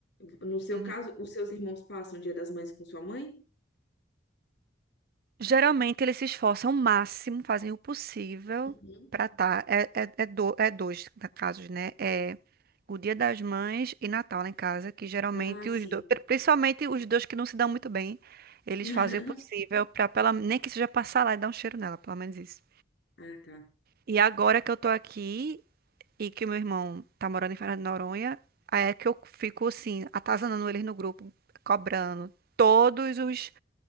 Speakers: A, on the left; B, on the right.
A: No seu
B: Uhum.
A: caso, os seus irmãos passam o Dia das Mães com sua mãe?
B: Geralmente eles se esforçam o máximo, fazem o possível
A: Uhum.
B: pra tá. É, é, é, do, é dois na- casos, né? É o Dia das Mães e Natal lá em casa, que geralmente
A: Ah, sim.
B: os dois, pri- principalmente os dois que não se dão muito bem, eles
A: <laughs>
B: fazem o possível pra pela, nem que seja passar lá e dar um cheiro nela, pelo menos isso.
A: Ah, tá.
B: E agora que eu tô aqui. e que o meu irmão tá morando em Fernando de Noronha, aí é que eu fico assim, atazanando eles no grupo, cobrando todos os,